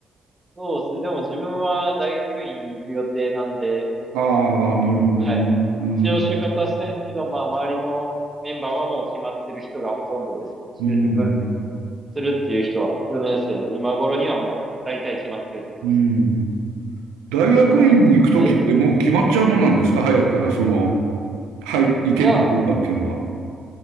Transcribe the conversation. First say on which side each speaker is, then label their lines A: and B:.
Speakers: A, on the right; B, on the right.
A: そうですね。でも自分は大学院に行く予定なんで、
B: ああ、なるほどね。
A: はい。
B: うん、
A: 一応就活はしてるんですけど、まあ、周りのメンバーはもう決まってる人がほとんどですね。
B: うん、
A: 就職するっていう人は、4年生の今頃にはもう、大体決まってるって感じですね。
B: うん。大学院に行くときってもう決まっちゃうもんなんですか早くから、
A: はい。だいぶ、
B: その、はい、行けるかどうかっていうのは。
A: いや、